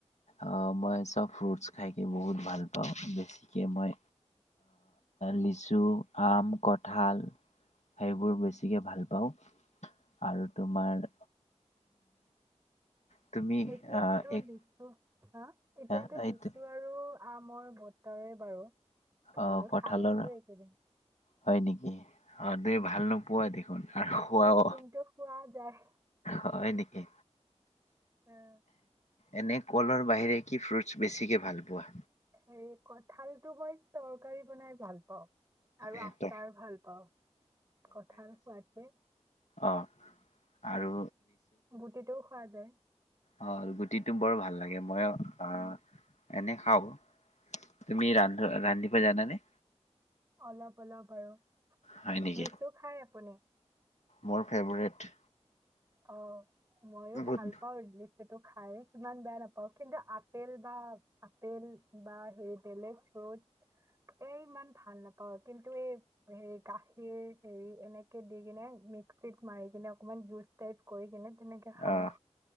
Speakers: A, on the left; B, on the right.
A: অ মই চব ফ্ৰুটছ খাই বহুত ভাল পাওঁ বেছিকৈ মই লিচু আম ক ঠাল সেইবোৰ বেছিকৈ ভাল পাওঁ আৰু তোমাৰ তুমি
B: এতিয়াতো
A: আহ এক
B: লিচু হাঁ এতিয়াতো
A: আহ এইটো
B: লিছো আৰু আহ মই বৰ্তাৰে বাৰু
A: অঁ
B: ময়ো
A: কঠালৰ
B: খাই আছো এইকেইদিন।
A: হয় নেকি অঁ তুমি ভাল নোপোৱাই নেকি হয় আৰু খুৱাও
B: কিন্তু খোৱা যায়।
A: হয় নেকি
B: উম।
A: এনে কলৰ বাহিৰে কি ফ্ৰুটছ বেছিকে ভাল পোৱা
B: এই কঁঠালতটো মই তৰকাৰী বনাই ভাল পাওঁ আৰু
A: এ
B: আচাৰ
A: ত
B: ভাল পাওঁ কথা কঠাল সোৱাদ যে
A: অঁ আৰু
B: গুটিটো খোৱা যায়
A: হয় গুটিটো বৰ ভাল লাগে এ ময়ও অঁ
B: উম,
A: এনে খাও তুমি ৰা ৰান্ধিব জান নে
B: অলপ অলপ আৰু
A: হয় নেকি?
B: লিচু খাই আপুনি
A: মোৰ ফেভৰেট
B: অঁ মইও
A: বহুত
B: ভাল পাওঁ টো খাই সিমান বেয়া নাপাওঁ কিন্তু আপেল বা আপেল বা হে বেলেগ ফ্ৰুট এ ইমান ভাল নাপাওঁ কিন্তু এই হে গাখীৰ হেৰি এনেকে দি কিনে মিক্সিত মাৰি কিনে অকমান জুচ টাইপ কৰি কিনে তেনেকে খাওঁ
A: আহ